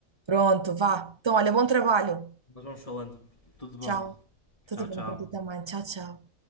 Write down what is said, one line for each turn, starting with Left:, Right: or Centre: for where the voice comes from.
Right: Pronto, vá. Então, olha, bom trabalho.
Left: Nós vamos falando. Tudo bom.
Right: Tchau. Tudo
Left: Tchau,
Right: bom
Left: tchau.
Right: para ti também. Tchau, tchau.